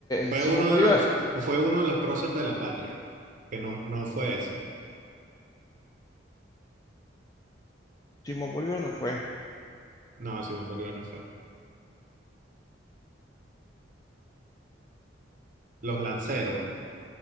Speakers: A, on the right; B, on the left.
A: Fue
B: eh, Simón
A: uno
B: Bolívar,
A: de los, fue, fue uno de los próceres de la patria, que no, no fue ese.
B: Simón Bolívar no fue.
A: No, Simón Bolívar no fue. Los lanceros,